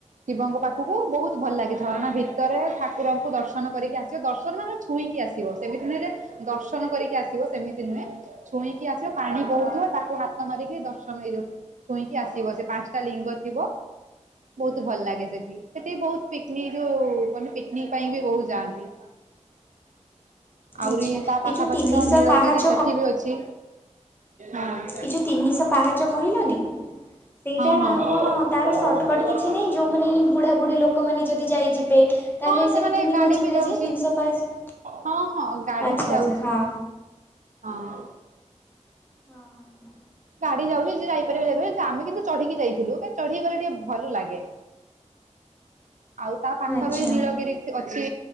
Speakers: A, on the right; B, on the left.
A: ଶିବଙ୍କ ପାଖକୁ ବହୁତ ଭଲ ଲାଗେ ଝରଣା ଭିତରେ ଠାକୁରଙ୍କୁ ଦର୍ଶନ କରିକି ଆସିବ। ଦର୍ଶନ ମାନେ ଛୁ ଛୁଇଁକି ଆସିବ ସେମିତି ନୁହେଁ ଯେ ଦର୍ଶନ କରିକି ଆସିବ। ସେମିତି ନୁହେଁ ଛୁଇଁକି ଆସ ଯୋଉ ପାଣି ବହୁଥୁବ ତାକୁ ହାତ ମାରିକି ଦର୍ଶନ ଏଇ ଯୋଉ ଛୁଇଁକି ଆସିବ ସେ ପାନ୍ସଟା ଲିଙ୍ଗ ଥିବ। ବହୁତ ଭଲ ଲାଗେ ସେଠି, ସେଠି ବହୁତ ପିକନିକ ଯୋଉ ମାନେ ପିକନିକ ପାଇଁ ବି ବହୁତ ଯାଆନ୍ତି। ଆଉରି
B: ଆଚ୍ଛା
A: ତା
B: ଏ
A: ପାଖାପାଖି
B: ଯେଉଁ ତିନିଶହ
A: ତ ନୀଳଗିରି
B: ପାହାଚ
A: ସେଠି ବି ଅଛି। ହଁ।
B: ଏଇ ଯୋଉ ତିନିଶ ପାହାଚ କହିଲନି ସେଇଟା
A: ହଁ ହଁ।
B: କଣ ତାର ସର୍ଟକଟ୍ କିଛି ନାହିଁ ଯୋଉମାନେ ବୁଢ଼ାବୁଢ଼ୀ ଲୋକମାନେ ଯଦି ଯାଇ ଯିବେ? ତାହେଲେ
A: ହଁ ସେମାନେ
B: ସେଟା କେମି
A: ଗାଡି
B: କଣ ଯିବେ
A: ବି ଯାଉଛି।
B: ଯେ ତିନିଶ ପାହାଚ?
A: ହଁ ହଁ ଗାଡି
B: ଆଚ୍ଛା
A: ବି ଯାଉଛି
B: ଆଚ୍ଛା ହଁ।
A: ହଁ।
B: ହଁ, ହଁ।
A: ଗାଡି ଯାଉଚି ଯେ ଯାଇପାରିବ ଯାଇପାରିବ। ତ ଆମେ କିନ୍ତୁ ଚଢିକି ଯାଇଥିଲୁ କାହିଁକି ଚଢିକି ଗଲେ ଟିକେ ଭଲ ଲାଗେ। ଆଉ ତା ପାଖରେ
B: ଆଚ୍ଛା
A: ନୀଳଗିରି ଅଛି,